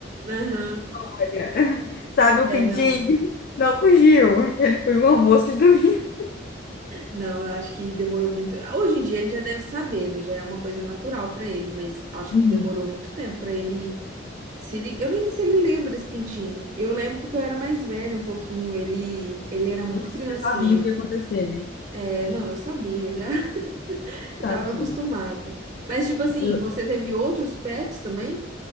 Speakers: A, on the right (about 40°); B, on the left (about 50°).
A: Aham.
B: olha, <laughs> sabe o
A: É,
B: pintinho?
A: não.
B: Não fugiu. Ele foi o almoço de domingo.
A: Não, eu acho que demorou muito. Hoje em dia ele já deve saber, né? Já é uma coisa natural pra ele, mas acho
B: Uhum.
A: que demorou muito tempo pra ele se li... Eu nem sei se ele lembra desse pintinho. Eu lembro porque eu era mais velha um pouquinho, ele ele era muito
B: Nossa,
A: criancinha.
B: eu já sabia o que ia acontecer, né?
A: É, não, eu sabia, eu já <laughs> eu
B: Tadinho.
A: tava acostumado. Mas tipo assim,
B: Eu,
A: você teve outros pets também?